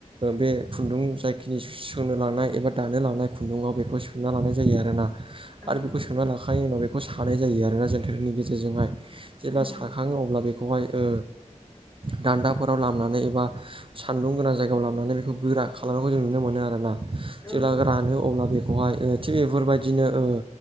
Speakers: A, on the right (about 45°); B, on the left (about 20°).
A: बे खुन्दुं जायखिनि सोंनो लांनाय एबा दानो लांनाय खुन्दुङाव बेखौ सोंना लानाय जायो आरोना। आरो
B: औ
A: बेखौ
B: औ
A: सोमना लाखांनायनि उनाव बेखौ सानाय जायो आरोना जेनटारनि गेजेरजोंहाय जेब्ला
B: नंगौ
A: खाङो अब्ला बेखौहाय ओ दान्दाफोराव लामनानै एबा सान्दुं गोनां जायगायाव लामनानै बेखौ गोरा खालामनायखौ जों नुनो मोनो आरोना। जेब्ला
B: औ
A: रानो अब्ला बेखौहाय ओ थि बे बेफोरबायदिनो ओ